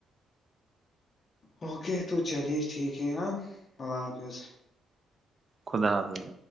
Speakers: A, on the left; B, on the right.
A: اوکے تو چلیے ٹھیک ہے ہاں اللہ حافظ
B: خدا حابھ گ